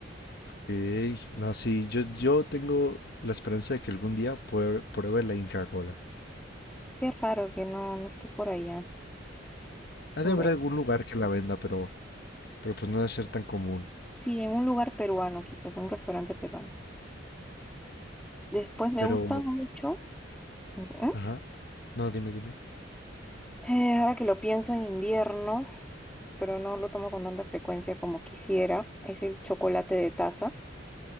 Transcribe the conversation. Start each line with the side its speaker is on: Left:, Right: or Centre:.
Left: Ok. No, sí, yo, yo tengo la esperanza de que algún día pueda- pruebe la Inca Kola.
Centre: Qué raro que no, no esté por allá.
Left: Ha
Centre: Bueno,
Left: de haber algún lugar que la venda, pero Pero pues no debe ser tan común.
Centre: sí, en un lugar peruano, quizás, un restaurante peruano. Después me
Left: Pero,
Centre: gusta mucho, ujú,
Left: ajá. No, dime, dime.
Centre: eh, ahora que lo pienso en invierno, pero no lo tomo con tanta frecuencia como quisiera, es el chocolate de taza,